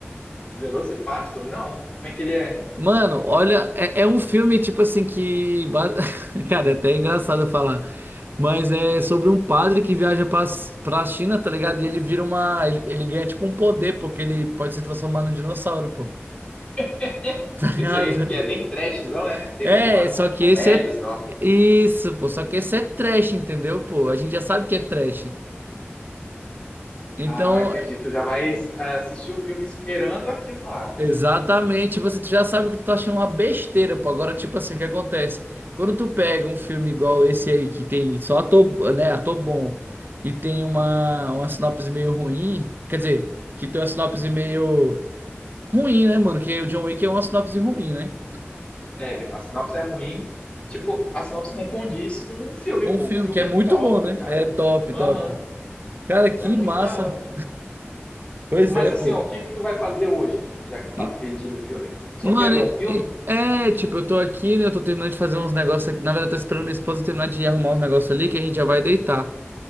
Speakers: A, on the left; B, on the right.
A: Velocipasto? Não. Como é que ele é?
B: Mano, olha, é, é um filme, tipo assim, que. ba- <laughs> Cara, é até engraçado falar. Mas é sobre um padre que viaja pra, pra China, tá ligado? E ele vira uma. Ele, ele ganha, tipo, um poder, porque ele pode se transformar num dinossauro, pô. <laughs>
A: <laughs>
B: Tá ligado?
A: Esse aí que é bem trashzão, é? Terror
B: É,
A: com, a-
B: só
A: com
B: que
A: comédia,
B: esse é.
A: sei lá.
B: Isso, pô. Só que esse é trash, entendeu, pô? A gente já sabe que é trash. Então,
A: Ah, entendi. Tu já vai é, assistir o filme esperando aquilo lá.
B: Exatamente, você tu já sabe que tu tá achando uma besteira, pô. Agora, tipo assim, o que acontece? Quando tu pega um filme igual esse aí, que tem só ator, né, ator bom, e tem uma, uma sinopse meio ruim, quer dizer, que tem uma sinopse meio ruim, né, mano? Que o John Wick é uma sinopse ruim, né?
A: É, a sinopse é ruim. Tipo, a sinopse não condiz com o filme,
B: Um
A: pô.
B: filme
A: O filme
B: que é
A: é
B: muito
A: top,
B: bom, né?
A: cara.
B: É top,
A: Aham,
B: top. Cara, que
A: é muito
B: massa.
A: da hora.
B: Pois
A: Mas
B: é,
A: assim,
B: pô.
A: ó, o que que tu vai fazer hoje, já que tu
B: E-
A: tá pedindo filme? Só
B: mano,
A: quer ver
B: e-
A: um filme?
B: e- é, tipo, eu tô aqui, né? Eu tô terminando de fazer uns negócios aqui. Na verdade, eu tô esperando minha esposa terminar de arrumar uns negócios ali, que a gente já vai deitar.